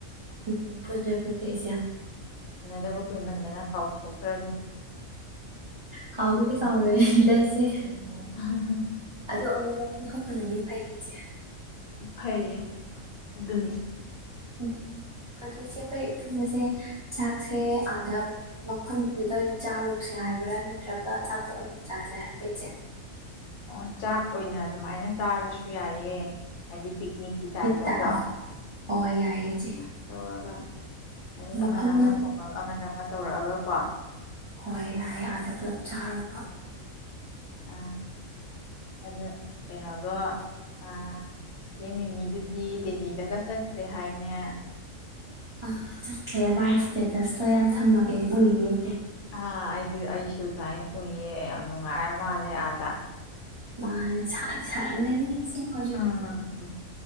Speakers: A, on the right; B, on the left.
A: ꯎꯝ ꯄꯨꯟꯖꯦ ꯄꯨꯟꯖꯦ ꯏꯆꯦ
B: ꯎꯅꯗꯕ ꯀꯨꯏꯃꯟꯗꯅ ꯀꯥꯎꯊꯣꯛꯈ꯭ꯔꯅꯤ
A: ꯀꯥꯎꯕꯨꯗꯤ
B: ꯎꯝ
A: ꯀꯥꯎꯔꯣꯏꯗ ꯏꯆꯦ
B: ꯎꯝ
A: ꯑꯗꯣ ꯑꯃꯨꯛ ꯑꯃꯨꯛ ꯄꯨꯟꯊꯣꯛ ꯐꯟꯅꯗꯤ ꯐꯩ ꯏꯆꯦ
B: ꯐꯩꯌꯦ ꯑꯗꯨꯅꯤ
A: ꯎꯝ ꯑꯗꯨ ꯏꯆꯦ ꯑꯩꯈꯣꯏ ꯄꯨꯟꯕꯁꯦ ꯆꯥꯛꯁꯦ ꯑꯥꯗ ꯃꯐꯝꯗꯨꯗ ꯑꯣꯏꯅ ꯆꯥꯔꯨꯁꯦ ꯍꯥꯏꯕ꯭ꯔꯥ ꯅꯠꯇ꯭ꯔꯒ ꯑꯆꯥꯄꯣꯠ ꯑꯣꯏꯅ ꯆꯥꯁꯦ ꯍꯥꯏꯕ꯭ꯔꯥ ꯏꯆꯦ
B: ꯑꯣ ꯆꯥꯛ ꯑꯣꯏꯅ ꯑꯗꯨꯃꯥꯏꯅ ꯆꯥꯔꯁꯨ ꯌꯥꯏꯌꯦ ꯍꯥꯏꯗꯤ ꯄꯤꯛꯅꯤꯛꯀꯤ ꯇꯥꯏꯞꯇꯀꯣ
A: ꯇ ꯑ
B: ꯑꯗꯨꯃꯥꯏꯅ
A: ꯍꯣꯏ ꯌꯥꯏꯌꯦ ꯏꯆꯦ
B: ꯇꯧꯔꯒ ꯍꯥꯏꯗꯤ
A: ꯃꯐꯝ
B: ꯑꯃꯅ ꯑꯃ ꯊꯣꯡꯉꯒ ꯑꯃꯅ ꯑꯃ ꯇꯧꯔꯛꯑꯒ ꯀꯣ
A: ꯍꯣꯏ ꯌꯥꯏ ꯑꯥꯗ ꯄꯨꯂꯞ ꯆꯥꯔꯨꯕ
B: ꯎꯝ ꯑꯗꯨ ꯀꯩꯅꯣꯗꯣ ꯑꯥ ꯆꯦ ꯃꯤꯃꯤꯗꯨꯗꯤ ꯗꯦꯜꯂꯤꯗꯒ ꯆꯠꯈ꯭ꯔꯦ ꯍꯥꯏꯅꯦ
A: ꯑꯥ ꯆꯠꯈꯔ꯭ꯦ ꯃꯥꯥꯏ ꯏꯁꯇꯦꯇꯁꯇꯣ ꯌꯥꯝ ꯊꯝꯃꯛꯑꯦ ꯎꯏꯌꯦ ꯏꯆꯦ
B: ꯑꯥ ꯑꯩꯗꯤ ꯑꯩꯁꯨ ꯑꯗꯥꯏ ꯎꯏꯌꯦ ꯌꯥꯝ ꯅꯨꯡꯉꯥꯏꯔꯥ ꯃꯥꯜꯂꯦ ꯑꯥꯗ
A: ꯃꯥꯟꯅꯦ ꯁꯥꯗꯤ ꯁꯥꯔꯝꯒꯅꯤ ꯏꯆꯦ ꯍꯖꯤꯛ
B: ꯎꯝ ꯎꯝ